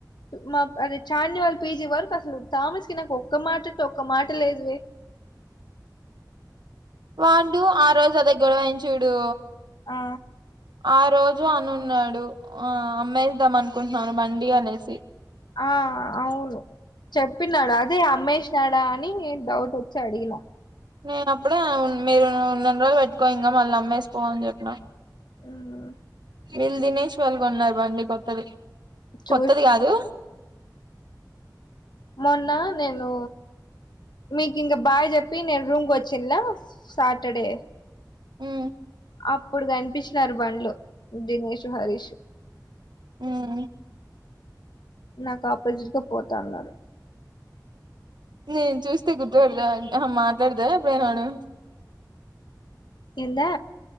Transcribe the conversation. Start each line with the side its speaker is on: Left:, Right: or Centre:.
Left: మా అదే చార్ని వాళ్ళ పీజీ వరకు అసలు థామస్ కి నాకు ఒక్క మాటట్ ఒక్క మాట లేదువే.
Right: <inaudible> వాళ్లు ఆ రోజు అదే గొడవ ఐంది చూడూ.
Left: ఆ
Right: ఆ రోజు అనున్నాడు ఆ అమ్మేద్దాం అనుకుంటున్నాను బండి అనేసి.
Left: ఆ అవును. చెప్పినాడ అదే అమ్మేసినాడా అని డౌట్ వచ్చి అడిగిన
Right: నేను అప్పుడే అవున్ మీరు ఉన్నన్ని రోజులు పెట్టుకో ఇంగ మళ్ళ అమ్మేసిపో అని చెప్పిన
Left: ఉం
Right: వీళ్ళు దినేష్ వాల్లు కోన్నారు బండి కొత్తది
Left: చూసి
Right: కొత్తది కాదు.
Left: మొన్న నేను మీకు ఇంక బాయ్ చెప్పి నేను రూమ్కి వచ్చిన్ల సాటర్డే.
Right: ఉమ్
Left: అప్పుడు కనిపించినారు బండ్లు దినేష్, హరీష్.
Right: ఉం
Left: నాకు ఆపోజిట్గా పోతా అన్నాడు.
Right: నేను చూస్తే గుర్తుపడుదా అంట మాట్లాడదా ఎప్పుడైనా వాడు.
Left: ఎందా.